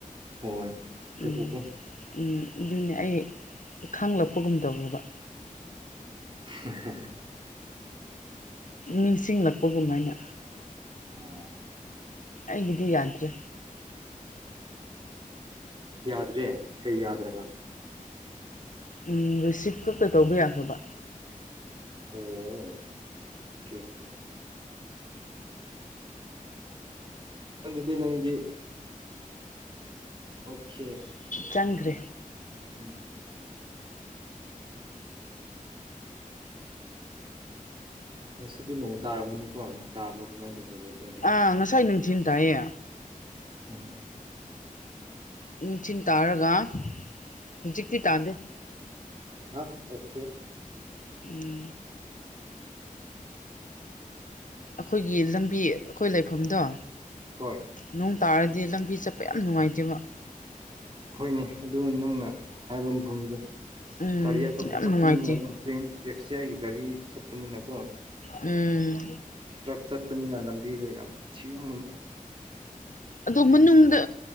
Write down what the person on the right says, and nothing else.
ꯍꯣꯏ ꯇꯧꯕꯀꯣ
ꯍ
ꯑꯣ
ꯌꯥꯗ꯭ꯔꯦ ꯀꯩ ꯌꯥꯗ꯭ꯔꯕ
ꯑꯣ ꯊ ꯑꯣꯀꯤꯦ ꯑꯗꯨꯗꯤ ꯅꯪꯗꯤ ꯑꯣꯀꯦ
ꯎꯝ ꯁꯤꯗꯤ ꯅꯣꯡ ꯇꯥꯔꯝꯅꯤꯣ ꯅꯣꯡ ꯇꯥꯕ꯭ꯔꯣ ꯀꯃꯥꯏꯅ ꯇꯧꯒꯦ ꯋꯦꯗꯔ
ꯎꯝ
ꯑꯣꯀꯦ
ꯍꯣꯏ
ꯍꯣꯏꯅꯦ ꯑꯗꯨ ꯅꯪꯅ ꯍꯥꯏꯕ ꯃꯐꯝꯗꯣ
ꯒꯥꯔꯤ ꯑꯆꯧꯕ
ꯆꯠꯄꯅꯤꯅꯀ
ꯇ꯭ꯔꯦꯟ ꯇꯦꯛꯁꯤꯌꯥꯥꯏꯒꯤ ꯒꯥꯔꯤ ꯆꯠꯄꯅꯤꯅꯀꯣ
ꯇ꯭ꯔꯛ ꯆꯠꯄꯅꯤꯅ ꯂꯝꯕꯤꯗꯣ ꯌꯥꯝ ꯊꯤꯔꯝꯒꯅꯤ